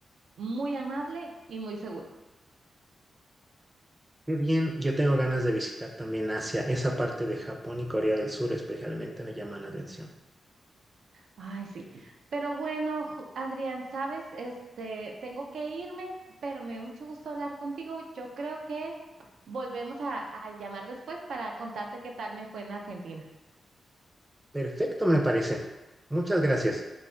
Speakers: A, on the right; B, on the right.
A: muy amable y muy seguro.
B: Qué bien, yo tengo ganas de visitar también Asia, esa parte de Japón y Corea del Sur especialmente me llama la atención.
A: Ay, sí. Pero bueno, Ju- Adrián, sabes, este, tengo que irme, pero me dio mucho gusto hablar contigo. Yo creo que volvemos a, a llamar después para contarte qué tal me fue en Argentina.
B: Perfecto, me parece. Muchas gracias.